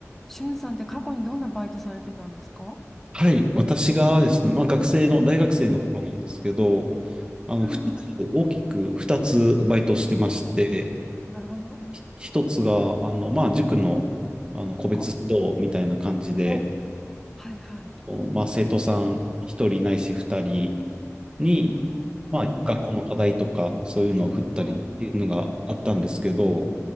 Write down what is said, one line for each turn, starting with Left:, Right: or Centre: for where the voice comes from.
Centre: しゅんさんって過去にどんなバイトされてたんですか
Right: はい、私がですね、まあ、学生の、大学生の頃なんですけど、
Centre: うん。
Right: あの、
Centre: はいはい。
Right: 二つ、大きく2つバイトしてまして、
Centre: お、なるほど。
Right: 1つが、あの、まあ、塾の、あの個別指導みたいな感じで、
Centre: あ、お、はいはい。
Right: おまあ、生徒さん1人ないし2人に、
Centre: うーん、うん
Right: まあ、学校の課題とか、
Centre: うん。
Right: そういうのを振ったりっていうのがあったんですけど、
Centre: はい。